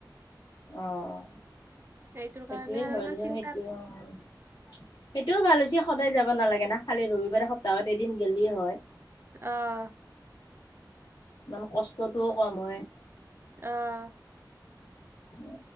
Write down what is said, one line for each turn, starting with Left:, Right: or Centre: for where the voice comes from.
Left: অ',
Right: সেইটোৰ
Left: সেইটোৱে
Right: কাৰণে আৰু
Left: হয়
Right: ইমান
Left: সেইটো
Right: চিন্তা
Left: অ' সেইটোও ভাল হৈছে সদায় যাব নালাগে না, খালি ৰবিবাৰে সপ্তাহত এদিন গলেয়ে হয়।
Right: আহ।
Left: ইমান কষ্টটোও কম হয়
Right: আহ।
Left: উ